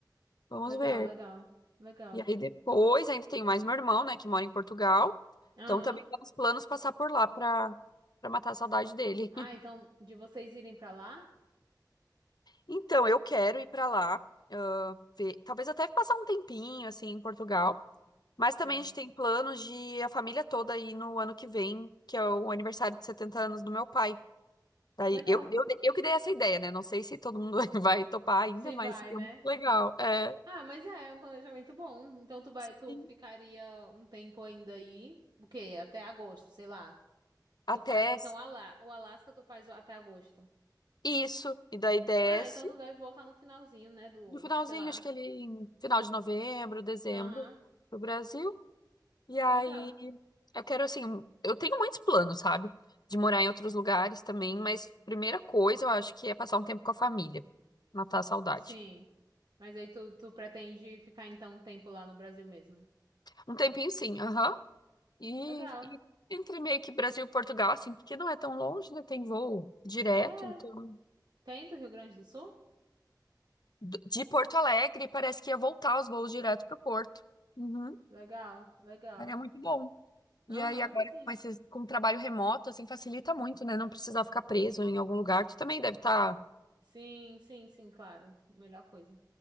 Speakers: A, on the left; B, on the right.
A: Vamos
B: Legal,
A: ver.
B: legal, legal.
A: E aí depois ainda tenho mais meu irmão, né, que mora em Portugal.
B: Aham.
A: Então também temos planos passar por lá para para matar a saudade dele.
B: Ah,
A: <laughs>
B: então de vocês irem pra lá?
A: Então eu quero ir para lá, ah, ver, talvez até passar um tempinho assim em Portugal. Mas
B: Sei.
A: também a gente tem planos de a família toda ir no ano que vem, que é o aniversário de 70 anos do meu pai. Daí
B: Legal.
A: eu, eu, eu que dei essa ideia, né? Não sei se todo mundo <laughs> vai topar ainda,
B: Se
A: mas
B: vai,
A: seria
B: né?
A: muito legal. É,
B: Ah, mas é, é um planejamento bom. Então tu vai,
A: sim.
B: tu ficaria um tempo ainda aí, o quê? Até agosto, sei lá.
A: Até
B: Tu faz então Ala- o Alasca, tu faz até agosto.
A: isso. E daí desce.
B: Ah, então tu deve voltar no finalzinho, né, do,
A: No finalzinho,
B: sei lá.
A: acho que ele em final de novembro, dezembro,
B: Aham.
A: pro Brasil. E aí
B: Legal.
A: eu quero assim, eu tenho muitos planos, sabe? De morar em outros lugares também, mas primeira coisa eu acho que é passar um tempo com a família, matar a saudade.
B: Sim. Mas aí tu, tu pretende ficar então um tempo lá no Brasil mesmo?
A: Um tempinho sim, aham. E,
B: Legal.
A: e entre meio que Brasil e Portugal, assim, porque não é tão longe, né? Tem voo direto,
B: É,
A: então
B: tem do Rio Grande do Sul?
A: d- de Porto Alegre parece que ia voltar os voos direto pro Porto. Uhum.
B: Legal, legal.
A: Aí É muito bom. E
B: Aham,
A: aí agora
B: sim.
A: com esse, com o trabalho remoto, assim, facilita muito, né? Não precisar ficar preso em algum lugar. Tu também deve estar,
B: Sim, sim, sim, claro. Melhor coisa.